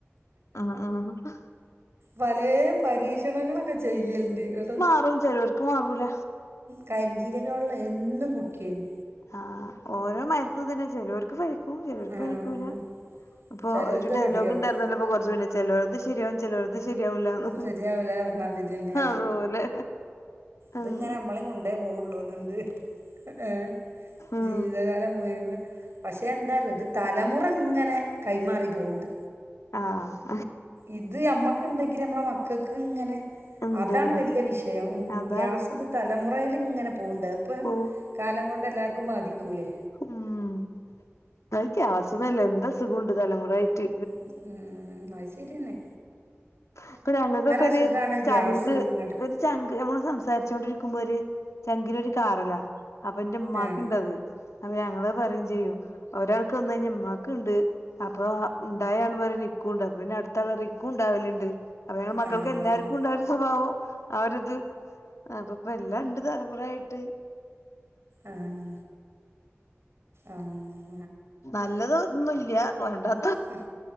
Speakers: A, on the left; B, on the right.
A: ആഹ് ആഹ്
B: പലേ പരീക്ഷണങ്ങളൊക്കെ ചെയ്യൽണ്ട് ഇങ്ങട്ടൊ
A: <unintelligible> ക്കാവൂല
B: കരിഞ്ചീരക വെള്ളം എന്നും കുടക്കിയേനി
A: ആഹ് ഓരോ മര്ന്ന് ഇതന്നെ ചെലോർക്ക് ഫലിക്കും ചെലോർക്ക്
B: ആഹ്
A: ഫലിക്കൂല അപ്പൊ
B: ചെലോൽത്
A: ഒരു ഡയലോഗ്
B: റെഡിയാവും
A: ഉണ്ടായിരുന്നല്ലപ്പൊ കൊറച്ച് മുന്നേ ചെലോൽത് ശ് ശരിയാവും ചെലോൽത് ശരിയാവൂലാന്ന്
B: ശരിയാവൂല പറഞ്ഞാതിരിന്നെ
A: അതുപോലെ
B: ഇത്ങ്ങനെ
A: ഉം
B: മ്മളി കൊണ്ടേ പോവുള്ളുന്ന്ണ്ട് ഏഹ്
A: ഉം
B: ജീവിതകാലം മുയുവൻ പഷെ എന്താ അറിയോ ഇത് തലമുറ ഇങ്ങനെ കൈമാറി പോണ്ട്.
A: ആഹ്
B: ഇത് ഞമ്മക്ക് ഇണ്ടെങ്കില് അമ്മളെ മക്കക്ക് ഇങ്ങനെ
A: ഇണ്ട്
B: അതാണ്
A: ഇണ്ട്
B: വെല്യ വിഷയം ഉം
A: അതാണ്
B: ഗ്യാസ് ഇത് തലമുറേല് ഇങ്ങനെ പോണ്ട് അതിപ്പൊ
A: പോ
B: കാലം കൊണ്ട് എല്ലാർക്കും ബാധിക്കൂലേ?
A: ഉം അത് ഗ്യാസ് ഒന്നു അല്ല എന്തോ അസുഖണ്ട് തലമുറ ആയിറ്റ്.
B: ഉ ഉം അത് ശരിയെന്നെ.
A: ഇപ്പം ഞങ്ങക്കൊക്കെ
B: അസുഖാണ്
A: ഒര് ചങ്ക്
B: ഗ്യാസ് ഇങ്ങട്ട്
A: ഒര് ചങ്ക് ഞമ്മള് സംസാരിച്ചോണ്ടിരിക്കുമ്പോ ഒര് ചങ്കിലൊരു കാറലാ. അപ്പൊ ന്റെ ഉമ്മാക്ക്
B: ആഹ്
A: ഇണ്ടത് അപ്പൊ ഞങ്ങള് പറയും ചെയ്യും ഒരാൾക്ക് വന്ന് കഴിഞ്ഞാ ഇമ്മാക്ക്ണ്ട് അപ്പൊ ഇണ്ടായ ആള് പറയു നിക്കുണ്ട് അപ്പ പിന്നെ അടുത്ത ആള് പറിയു ഇക്ക് ക്കുണ്ടാവലണ്ട് അപ്പ ഞങ്ങ മക്കൾക്ക്
B: ആഹ്
A: എല്ലാർക്കും ഇണ്ടാ ഒരു സ്വഭാവം ആ ഒര് ഇത് അപ്പൊ ഇപ്പ എല്ലാണ്ട് തലമുറ ആയിട്ട്.
B: ആഹ് ആഹ്
A: നല്ലതൊന്നുല്ല്യാ വേണ്ടാ
B: ഉം